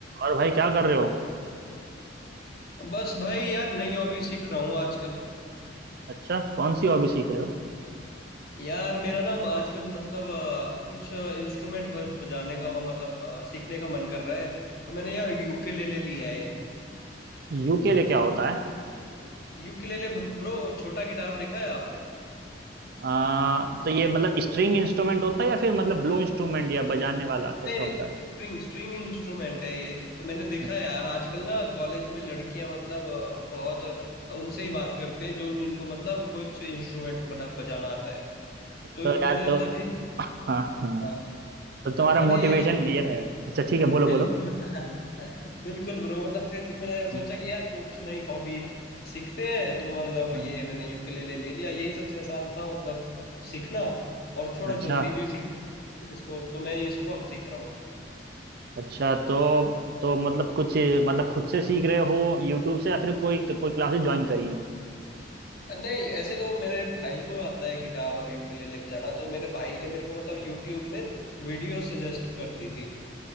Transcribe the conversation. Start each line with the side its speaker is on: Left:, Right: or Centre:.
Right: और भाई क्या कर रहे हो
Left: बस भाई यार नई हॉबी सीख रहा हूँ आजकल
Right: अच्छा कौन सी हॉबी सीख रहे हो
Left: यार मेरा ना आजकल मतलब अ, कुछ इंस्ट्रूमेंट बजाने का अ, मतलब अ, सीखने का मन कर रहा है तो मैंने यार यूकेलेले लिया है
Right: यूकेले क्या होता है
Left: Ukulele bro छोटा गिटार देखा है आपने
Right: आ, तो ये मतलब स्ट्रिंग इंस्ट्रूमेंट होता है या फिर मतलब ब्लो इंस्ट्रूमेंट या बजाने वाला कैसा
Left: नहीं नहीं
Right: होता है
Left: स्ट्रिंग स्ट्रिंग इंस्ट्रूमेंट है ये तो मैंने देखा
Right: अच्छा
Left: है यार आजकल ना कॉलेज में लड़कियां मतलब अ, बहुत अ, उनसे ही बात करते हैं जो जिनको मतलब कुछ इंस्ट्रूमेंट बना बजाना आता है तो
Right: तो
Left: मैंने
Right: यार तो
Left: तभी
Right: हाँ हाँ
Left: हाँ
Right: तो तुम्हारा
Left: तो मैंने
Right: मोटिवेशन
Left: ये तभी
Right: ये है अच्छा ठीक है बोलो
Left: बिल्कुल
Right: बोलो
Left: <laughs> बिल्कुल ब्रो मतलब फिर तो मैंने सोचा
Right: हाँ,
Left: कि यार कुछ नई हॉबी सीखते हैं तो मतलब
Right: हाँ,
Left: ये मैंने यूकेलेले ले लिया यही सबसे आसान था मतलब सीखना और थोड़ा
Right: अच्छा
Left: जल्दी भी सीख सकते हैं इसको तो मैं इसको अब सीख रहा हूँ
Right: अच्छा तो तो मतलब कुछ मतलब खुद से सीख रहे हो यूट्यूब से या फिर कोई कोई क्लासेस ज्वाइन करी है
Left: नहीं ऐसे तो मेरे भाई को आता है गिटार और यूकेलेले बजाना तो मेरे भाई ने मेरे को मतलब यूट्यूब में वीडियो सजेस्ट कर दी थी